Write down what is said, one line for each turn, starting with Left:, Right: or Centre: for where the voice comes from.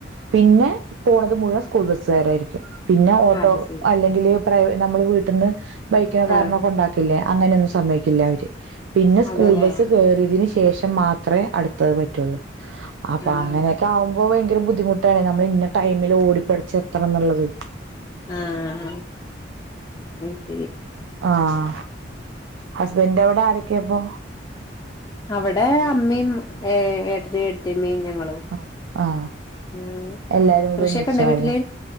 Right: പിന്നെ പോണത് മുഴുവൻ സ്കൂൾ ബസ്സുകാരായിരിക്കും. പിന്നെ ഓട്ടോ
Left: അത് ശരി
Right: അല്ലെങ്കില് പ്രൈവ നമ്മള് വീട്ടിന്ന് ബൈക്കിനോ കാറിനോ
Left: ആഹ്
Right: കൊണ്ടാ ക്കിലേ അങ്ങനൊന്നും സമ്മയിക്കില്ല അവര് പിന്നെ സ്കൂൾ
Left: അതെല്ലേ
Right: ബസ് കേറിയതിന് ശേഷം മാ ത്രേ അടുത്തത് പറ്റൊള്ളൂ അപ്പൊ
Left: ആഹ്
Right: അങ്ങനെ. ആകുമ്പോ ഭയങ്കര ബുദ്ധിമുട്ടാണ് നമ്മള് ഇന്ന ടൈമില് ഓടിപ്പെടച് എത്തണംന്ന്ള്ളത്.
Left: ആഹ അയ് ശരി.
Right: ആഹ ഹസ്ബൻഡിന്റ അവിടെ ആരൊക്കെയപ്പോ?
Left: അവിടെ അമ്മയും ഏ ഏട്ടനും എടത്തിയമ്മയും ഞങ്ങളും.
Right: ഓ ആഹ
Left: <unintelligible>
Right: എല്ലാരും കൂടെ
Left: കൃഷിയൊക്കെ
Right: ഒന്നിച്ചാലേ?
Left: ഇണ്ടോ വീട്ടില്